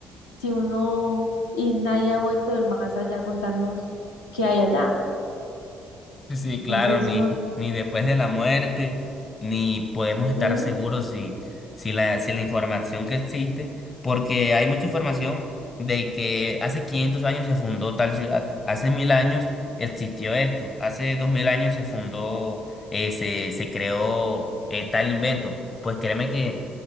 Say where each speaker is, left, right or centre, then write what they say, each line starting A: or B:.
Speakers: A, on the left; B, on the left.
A: si uno y nadie ha vuelto del más allá a contarnos qué hay allá.
B: Sí, claro,
A: Entonces
B: ni,
A: uno,
B: ni después de la muerte, ni podemos estar
A: mm,
B: seguros si, si la, si la información que existe, porque hay mucha información de que hace 500 años se fundó tal ciudad, hace mil años existió esto, hace 2000 años se fundó, eh, se, se creó eh, tal invento. Pues créeme que